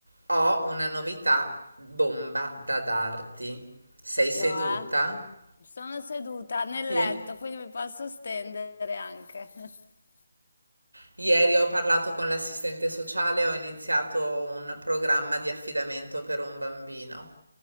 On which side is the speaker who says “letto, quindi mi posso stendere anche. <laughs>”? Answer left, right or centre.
Left